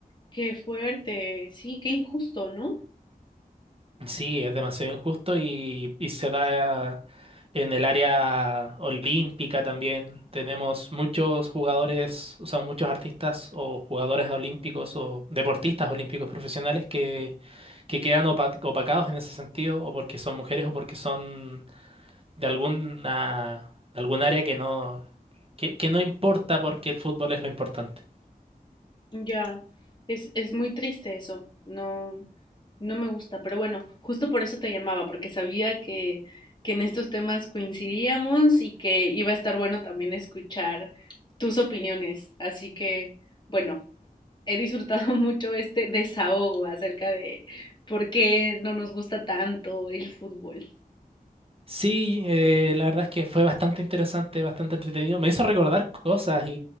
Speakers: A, on the left (about 30°); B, on the right (about 40°).
A: Qué fuerte, sí, qué injusto, ¿no?
B: sí, es demasiado injusto y, y se da en el área olímpica también. Tenemos muchos jugadores, o sea, muchos artistas o jugadores olímpicos o deportistas olímpicos profesionales que, que quedan opa- opacados en ese sentido, o porque son mujeres o porque son de alguna, de algún área que no que, que no importa porque el fútbol es lo importante.
A: Ya, es, es muy triste eso, no, no me gusta, pero bueno, justo por eso te llamaba, porque sabía que, que en estos temas coincidíamos y que iba a estar bueno también escuchar tus opiniones, así que, bueno, he disfrutado <laughs> mucho este desahogo acerca de por qué no nos gusta tanto el fútbol.
B: Sí, eh, la verdad es que fue bastante interesante, bastante entretenido. Me hizo recordar cosas y,